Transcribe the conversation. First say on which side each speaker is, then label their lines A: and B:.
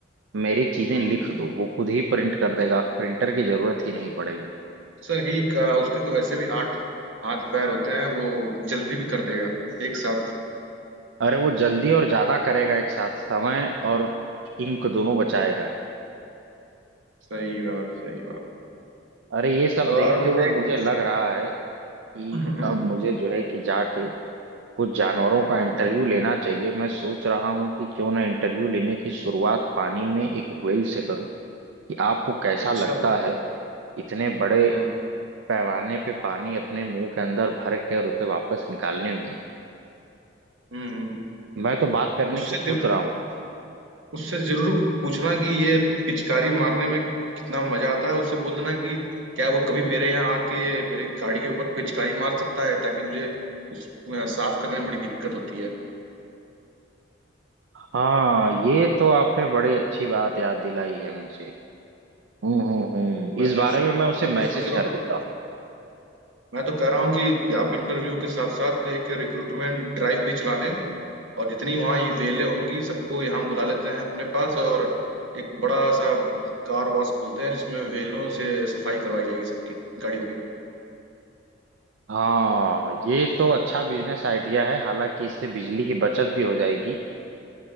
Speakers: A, on the right; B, on the right.
A: मेरी चीजें
B: हम्म
A: लिख दो वो खुद ही प्रिंट कर देगा प्रिंटर की जरूरत ही नहीं पड़ेगी
B: सही कहा उसके तो वैसे भी आठ हाथ पैर होते हैं वो जल्दी भी कर देगा एक साथ
A: अरे वो जल्दी और ज्यादा करेगा एक साथ समय और इंक दोनों बचाएगा
B: सही बात सही बात
A: अरे ये सब
B: और
A: देखते
B: मैंने
A: हुए मुझे
B: एक-
A: लग रहा है कि
B: हम्म
A: अब मुझे जो है कि जाके कुछ जानवरों
B: हम्म,
A: का इंटरव्यू लेना चाहिए मैं सोच रहा हूँ कि क्यों ना इंटरव्यू लेने की शुरुआत पानी में एक व्हेल से करूँ कि आपको कैसा
B: अच्छा
A: लगता है इतने बड़े
B: हम्म
A: पैमाने पे पानी अपने मुंह के अंदर भर के और उसे वापस निकालने में
B: हम्म हम्म।
A: मैं तो बात करने
B: उससे
A: की सोच
B: जरूर
A: रहा हूँ
B: उससे जरूर पूछना कि ये पिचकारी मारने में कितना मजा आता है उससे बोल देना कि क्या वो कभी मेरे यहाँ आके मेरी गाड़ी के ऊपर पिचकारी मार सकता है ताकि मुझे उस साफ करने में बड़ी दिक्कत होती है
A: हाँ ये तो आपने बड़ी अच्छी बात याद दिलाई है मुझे हम्म हम्म हम्म
B: मैं
A: इस
B: तो
A: बारे
B: इस
A: में मैं उसे
B: मैं
A: मैसेज
B: तो सोच रहा
A: कर
B: हूँ
A: देता हूँ
B: मैं तो कह रहा हूँ कि आप इंटरव्यू के साथ साथ एक रिक्रूटमेंट ड्राइव भी चला लें और जितनी वहाँ ये वेलें होंगी सबको यहाँ बुला लेते हैं अपने पास और एक बड़ा सा कार वॉश खोलते हैं जिसमें वेलों से सफाई करवाई जाएगी सबकी गाड़ियों की
A: हाँ ये तो अच्छा बिजनेस आइडिया है हालांकि इससे बिजली की बचत भी हो जाएगी